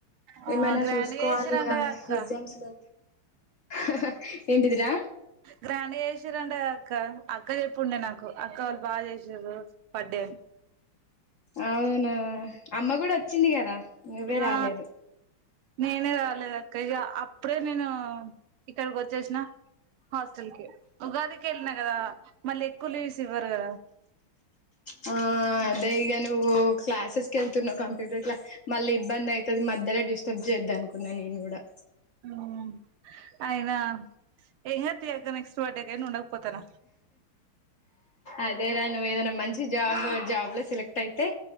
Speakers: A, on the right; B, on the left.
A: ఆ
B: ఏమైనా
A: గ్రాండ్గా
B: చూసుకోవాలి
A: చేసిరంట
B: ఈగ
A: గా అక్క
B: ఎగ్జామ్స్ కా హహ ఏంటిదిరా
A: గ్రాండ్ గా చేశారంటఅక్క అక్క చెప్పుండే నాకు అక్క వాళ్ళు బాగా చేశిరు బర్త్డే
B: అ అవునా అమ్మ కూడా వచ్చింది కదా నువ్వే రాలేదు
A: ఆ నేనే రాలేదు అక్క ఇక అప్పుడే నేను ఇక్కడికి వచ్చేసిన హాస్టల్ కి ఉగాదికి వెళ్ళిన కదా మళ్ళీ ఎక్కువ లీవ్స్ ఇవ్వరు కదా
B: ఆ అదే ఇక నువ్వు క్లాసెస్కి వెళ్తున్నావు కంప్యూటర్ క్లాస్ మళ్ళీ ఇబ్బంది అవుతుంది మధ్యలో డిస్టర్బ్ చేయద్దు అనుకున్నాా నేను కూడా
A: ఉమ్ అయినా <unintelligible> నెక్స్ట్ బర్త్డే బర్త్డే <unintelligible> ఉండక పోతనా
B: అదే రా నువ్ ఏదన్నా మంచి జాబ్ జాబ్ లో సెలెక్ట్ అయితే